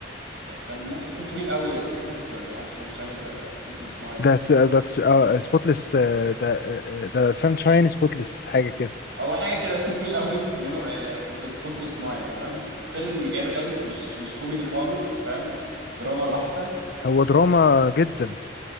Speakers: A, on the right; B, on the left.
A: استنى اسمه طويل قوي سبوتلess مش عارف سانشاين اوف سبوتلess مايند
B: ده ده اه سبوتلess ده آه، ده سانشاين سبوتلess حاجة كده
A: هو حاجه كده اسمه طويل قوي منه اوف ذا سبوتلess مايند تمام فيلم جامد قوي مش مش كوميدي خالص فاهم دراما بحته
B: هو دراما جدا